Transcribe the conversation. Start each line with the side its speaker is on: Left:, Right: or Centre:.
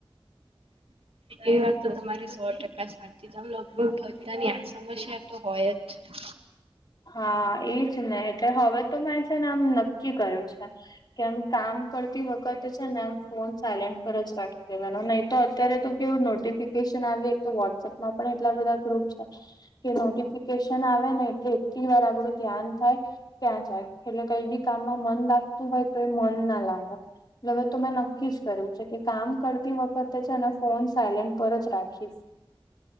Right: એ વાત તો તમારી સો ટકા સાછી છે અમે લગભગ તની આ સમસ્યા તો હોય જ છે
Left: હા એજ ને એટલે હવે તો મેં છે ને આમ નક્કી કર્યું છે કેમ કામ કરતી વખતે છે ને એમ ફોન સાયલેન્ટ પર જ રાખી દેવાનો નહી તો અત્યારે તો કેવું નોટિસ ફિકેશન આવે એકતો વોટ્સએપમાં પણ એટલા બધા ગ્રુપ છે કે નોટિફિકેશન આવે ને એટલે એક વાર આપણું ધ્યાન થાય ત્યાં જાય એટલે કઈ બી કામમાં મન લાગતું હોય તો એ મન ના લાગે એટલે હવે તો મેં નક્કી જ કર્યું છે કે કામ કરતી વખતે છે ને ફોન સાયલેન્ટ પર જ રાખીશ